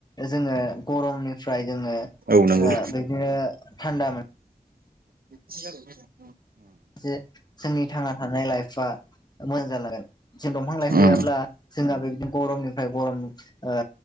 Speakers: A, on the left; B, on the right.
A: जोङो गरमनिफ्राय जोङो ओ
B: औ नंगौ
A: बिदिनो थान्दा मोन
B: बिदिसो जागोननो।
A: जोंनि थांना थानाय लाइफआ। ओ मोजां जालांगोन जों दंफां लाइफां गैयाब्ला
B: उम
A: जोंहा बेबायदिनो गरमनिफ्राय गरम ओ